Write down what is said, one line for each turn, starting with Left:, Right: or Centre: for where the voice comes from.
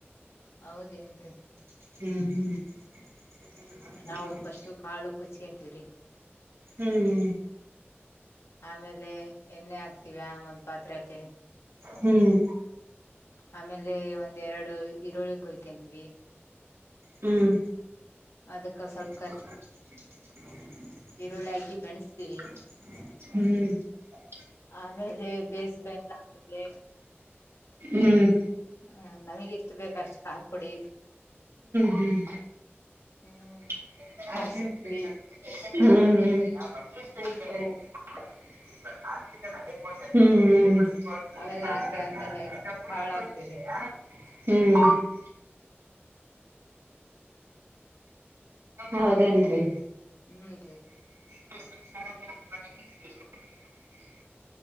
Left: ಹೌದೇನರೀ
Right: <unintelligible>
Left: ನಾವು ಫಸ್ಟ್ ಕಾಳು ಕುದೀಸೋಂತಿವ್ರಿ
Right: ಹ್ಮ್
Left: ಆಮೇಲೆ ಎಣ್ಣೆ ಹಾಕ್ತೀವ ಒಂದ್ ಪಾತ್ರೆಕೆ.
Right: ಹ್ಮ್.
Left: ಆಮೇಲೆ ಒಂದ್ ಎರಡು ಈರುಳ್ಳಿ ಕೊಯ್ಕೆಂತಿವಿ.
Right: ಹ್ಮ್
Left: ಅದುಕ್ ಒನ್ ಸೊಲ್
Right: <inaudible>
Left: ಈರುಳ್ಳಿ ಹಾಕಿ
Right: ಹ್ಮ್.
Left: ಬೆಣಸ್ತೀವಿ ಆಮೇಲೆ ಬೇಸ್ಬಂದದ್ಮೇಲೆ.
Right: ಹ್ಮ್. ಹ್ಮ್
Left: ಹ ನಮಗ್ ಎಷ್ಟು ಬೇಕ ಅಷ್ಟ್ ಖಾರ ಪುಡಿ
Right: ಹ್ಮ್.
Left: ಹ್ಮ್.
Right: ಹ್ಮ್
Left: ಅರ್ಶಿಣ ಪುಡಿ
Right: ಹ್ಮ.
Left: ಉಪ್ಪು
Right: ಹ್ಮ್ ಹ್ಮ್.
Left: ಅವೆಲ್ಲಾ ಹಾಕಿ ಆದ್ಮೇಲೆ
Right: ಹ್ಮ್.
Left: ಕಾಳ ಹಾಕ್ತಿವ್ರಿ
Right: ಹೌದೇನ್ರಿ.
Left: ಹುಂನ್ರೀ.
Right: <inaudible>